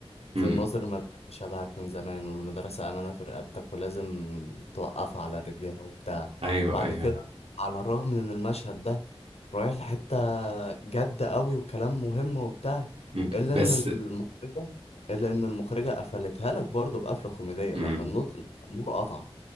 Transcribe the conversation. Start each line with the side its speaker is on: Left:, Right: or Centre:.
Right: أمم،
Left: الناظر المدرسة شبهك من زمان والمدرسة أمانة في رقبتك ولازم توقفها على رجليها وبتاع
Right: ايوه
Left: بعد
Right: ايوه
Left: كده على الرغم من إن المشهد ده رايح لحتة جد قوي وكلام مهم وبتاع
Right: أمم،
Left: إلا
Right: بس
Left: إن المخرجة إلا إن المخرجة قفلتها لك برضه بقفلة كوميدية
Right: أمم،
Left: لما النور النور قطع